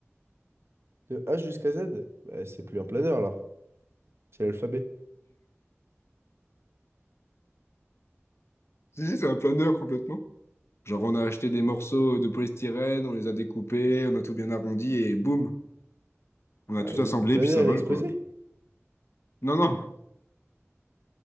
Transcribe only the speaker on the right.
De H jusqu'à Z? Bah, c'est plus un planeur, alors. C'est l'alphabet.
Bah,
le
planeur,
il
a explosé.